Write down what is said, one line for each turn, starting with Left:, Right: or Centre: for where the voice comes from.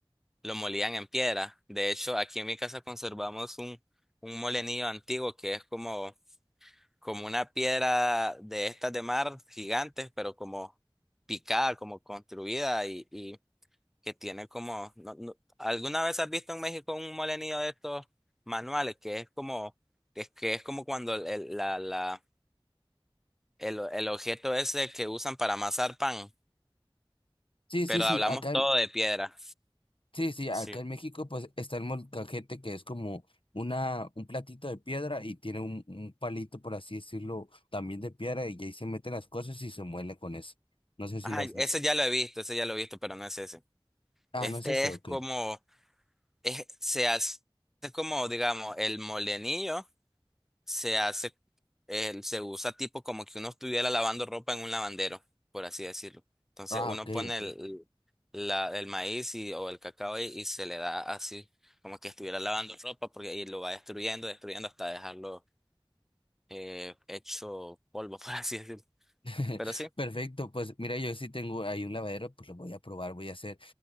Centre: lo molían en piedra. De hecho, aquí en mi casa conservamos un, un molenillo antiguo que es como, como una piedra de estas de mar gigantes, pero como picada, como construida y, y que tiene como, no- no- ¿alguna vez has visto en México un molenillo de estos manuales que es como, que es, que es como cuando el, el- la, la, el, el objeto ese que usan para amasar pan,
Left: sí,
Centre: pero
Left: sí, sí,
Centre: hablamos
Left: acá, en-
Centre: todo de piedra?
Left: sí, sí, acá
Centre: Sí.
Left: en México pues está el molcajete que es como una, un platito de piedra y tiene un, un palito, por así decirlo, también de piedra y ahí se meten las cosas y se muele con eso. No sé si
Centre: Ajá,
Left: lo has visto.
Centre: ese ya lo he visto, ese ya lo he visto, pero no es ese.
Left: Ah,
Centre: Este
Left: no es ese,
Centre: es
Left: ok.
Centre: como, es, se hace es como, digamos, el molenillo. se hace, eh, se usa tipo como que uno estuviera lavando ropa en un lavandero, por así decirlo. Entonces
Left: Ah,
Centre: uno
Left: ok,
Centre: pone
Left: ok.
Centre: el, la- el maíz y, o el cacao ahí y se le da así, como que estuviera lavando ropa, porque ahí lo va destruyendo, destruyendo hasta dejarlo eh, hecho polvo, <laughs> por así decirlo.
Left: <laughs>
Centre: Pero sí.
Left: Perfecto, pues mira, yo sí tengo ahí un lavadero, pues lo voy a probar, voy a hacer,